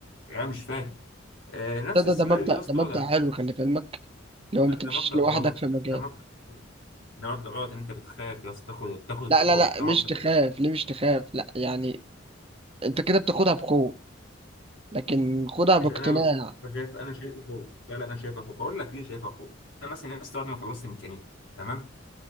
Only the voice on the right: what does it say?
ده
ده ده مبدأ
ده مبدأ
حلو خلي في علمك لو ما تمشيش
لوحدك
في مجال
لا لا لا
مش تخاف
ليه مش تخاف لا يعني انت كده بتاخدها بخوف لكن خدها باقتناع